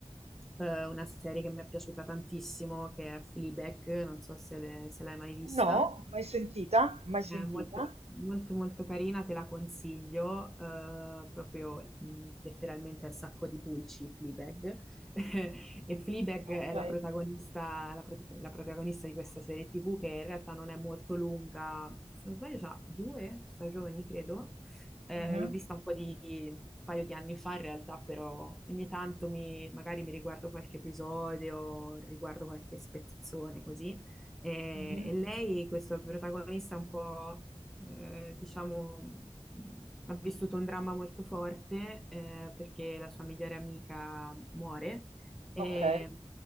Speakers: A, in the centre; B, on the right (about 75°).
A: eh, una serie che mi è piaciuta tantissimo, che è Fleabag, non so se, le- se l'hai mai vista.
B: No? Mai sentita? Mai
A: È
B: sentita?
A: molto, molto molto carina, te la consiglio, eh, proprio mh, letteralmente al sacco di pulci, Fleabag. <laughs> E Fleabag è
B: Ok.
A: la protagonista, la, proti- la protagonista di questa serie TV che in realtà non è molto lunga, se non sbaglio ha due stagioni, credo. Eh,
B: Mhm.
A: l'ho vista un po' di, un paio di anni fa in realtà, però ogni tanto mi- magari mi riguardo qualche episodio, riguardo qualche spezzone così. E,
B: Mhm.
A: e lei, questo protagonista un po', eh, diciamo, mh, ha vissuto un dramma molto forte, eh, perché la sua migliore amica muore. E,
B: Ok.